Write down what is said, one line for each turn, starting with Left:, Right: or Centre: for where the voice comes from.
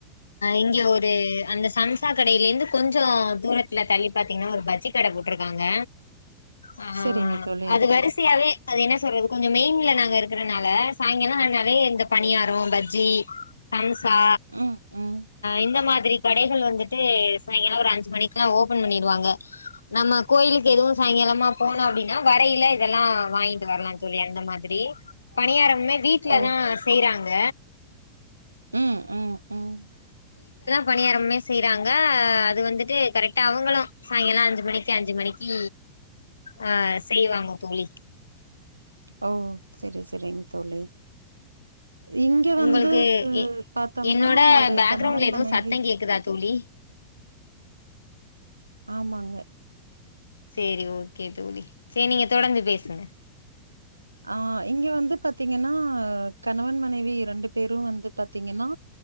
Left: இங்க ஒரு அந்த சம்சா கடையில இருந்து கொஞ்ச தூரத்துல தள்ளி பாத்தீங்கன்னா ஒரு பஜ்ஜி கடை போட்ருக்காங்க ஆ
Right: சரிங்க தோழி.
Left: அது வரிசையாவே என்ன சொல்றது கொஞ்ச மெயின்ல நாங்க இருக்கறனால சாயங்கால ந நறைய இந்த பனியார பஜ்ஜி சம் சா
Right: ம், ம்.
Left: இந்த மார் ரி கடைகள் வந்துட்டு சாய்ங்கால ஒரு அஞ்சு மணிக்கு ஓபன் பண்ணிடுவாங்க நம்ம கோயிலுக்கு எதுவு சாயங்காலமா போனோ அப்டின்னா வரையில இதெல்லா வாங்கி வரலா தோழி அந்த மாதிரி பனியார மே வீட்ல
Right: ஓ!
Left: தா செய்றாங்க
Right: ம் ம் ம்.
Left: பணியாரமே செய்யறாங்க அது வந்துட்டு கரெக்டா அவங்குளு சாய்ங்கால அஞ்சு மணிக்கு அஞ்சு மணிக்கு ஆ செய்வாங்க தோழி
Right: ஓ சரி சரி தோழி இங்க வந்து
Left: உங்களுக்கு எ
Right: பாத்தம்னா
Left: என்னோட
Right: ஒரு
Left: பேக்ரவுண்ட்ல
Right: கணவன்
Left: எதுவு
Right: மனைவி
Left: சத்தம் கேக்குதா தோழி
Right: ஆமாங்க
Left: சரி ஓகே தோழி சரி நீங்க தொடர்ந்து பேசுங்க
Right: ஆ இங்க வந்து பாத்தீங்கன்னா கணவன் மனைவி ரண்டு பேரும் வந்து பாத்தீங்கன்னா